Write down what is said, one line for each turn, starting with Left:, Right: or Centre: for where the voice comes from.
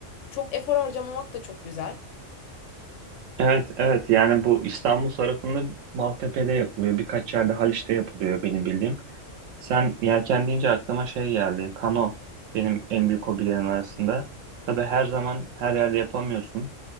Left: Çok efor harcamamak da çok güzel.
Right: Evet, evet. Yani bu İstanbul tarafında Maltepe'de yapılıyor. Birkaç yerde Haliç'te yapılıyor benim bildiğim. Sen yelken deyince aklıma şey geldi. Kano benim en büyük hobilerim arasında. Tabii her zaman her yerde yapamıyorsun.